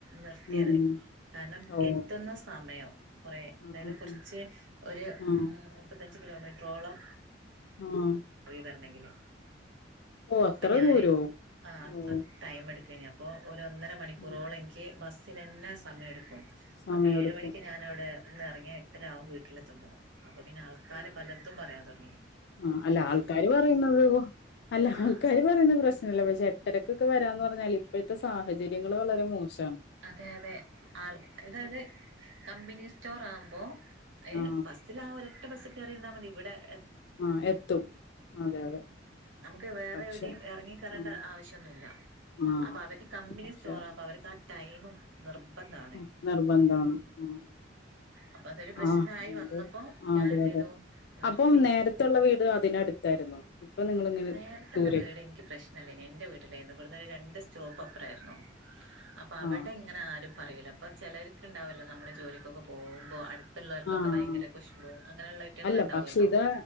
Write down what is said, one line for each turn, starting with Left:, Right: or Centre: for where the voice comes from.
Right: നിർത്തിയത്
Left: ഉം ഉം
Right: കാരണം
Left: ഓ
Right: എത്തുന്ന സമയം കുറേ
Left: ആ ആ
Right: അതായത് കുറച്ച്
Left: ആ
Right: ഒരു
Left: ആ
Right: ഏഹ് മുപ്പത്തഞ്ച് കിലോമീറ്ററോളം
Left: ആഹ്
Right: പോയി വരണെങ്കില്
Left: അത്ര
Right: അപ്പൊ ഞാന്
Left: ദൂരോ
Right: ആഹ്
Left: ഓ
Right: അപ്പം ടൈം എടുക്കഴിഞ്ഞപ്പോ ഒരൊന്നര മണിക്കൂറോളം
Left: ഉം
Right: എനിക്ക് ബസ്സിനന്നെ സമയെടുക്കും
Left: സമയെടുക്കും
Right: അപ്പേഴ് മണിക്ക് ഞാൻ അവിടെ നിന്ന് എറങ്ങിയാ എട്ടരാകും വീട്ടിലെത്തുമ്പോ അപ്പൊ പിന്നെ ആൾക്കാര് പലതും പറയാൻ തൊടങ്ങി
Left: ആഹ് അല്ല ആൾക്കാര് പറയുന്നതോ അല്ല
Right: ആഹ്
Left: ആൾക്കാര് പറയുന്ന പ്രശ് നല്ല പക്ഷെ എട്ടരക്ക്ക്കെ വരാന്ന് പറഞ്ഞാല് ഇപ്പഴത്തെ സാഹചര്യങ്ങള് വളരെ മോശമാണ്
Right: അതെ അതെ ആൾക്കാര് അത് കമ്പനി സ്റ്റോർ ആകുമ്പോ അയിന്
Left: ആ
Right: ബസ്സിൽ ആ ഒരൊറ്റ ബസ്സ് കേറിരുന്നാ മതി ഇവിടെ എ
Left: ആഹ് എത്തും അതെ അതെ
Right: നമുക്ക് വേറെ
Left: പക്ഷെ
Right: എവിടെയും എറങ്ങി കേറണ്ട
Left: ആ
Right: ആവശ്യൊന്നുല്ല
Left: ആ
Right: അപ്പൊ അവർക്ക് കമ്പനി
Left: പക്ഷെ
Right: സ്റ്റോറാവുമ്പോ അവർക്ക് ആ ടൈമും നിർബന്ധാണ്
Left: ആഹ് നിർബന്ധാണ് ഉം
Right: അപ്പൊ അതൊരു പ്രശ്നായി
Left: ആഹ്
Right: വന്നപ്പോ
Left: തെ ആഹ്
Right: ഞാൻ
Left: അതെ
Right: എന്ത്
Left: അതെ
Right: ചെയ്തു നിർത്തി
Left: അപ്പം നേര ത്തുള്ള വീട് അതിനടുത്തായിരുന്നോ ഇപ്പൊ നിങ്ങള് ഇങ്ങനെ
Right: നേരത്തുള്ള
Left: ദൂരേക്കും
Right: വീട് എനിക്ക് പ്രശ് നല്ലേനി എന്റെ വീട്ടില് ആയിരുന്ന് ഇവിടുന്ന് ഒരു രണ്ട് സ്റ്റോപ്പ് അപ്പറായിരുന്നു അപ്പൊ അവിടെ
Left: ആ
Right: ഇങ്ങനെ ആരും പറയൂല്ല അപ്പ ചെലർക്ക് ഇണ്ടാവോല്ലോ നമ്മള് ജോലി ക്കൊക്കെ പോകുമ്പോ അടുത്തുള്ളവർക്കൊക്കെ
Left: ആ
Right: ഭയങ്കര
Left: ആ
Right: കുശുമ്പും അങ്ങനെയുള്ള ഐറ്റങ്ങൾ
Left: അല്ല
Right: എണ്ടാവോല്ലോ
Left: പക്ഷെ ഇത്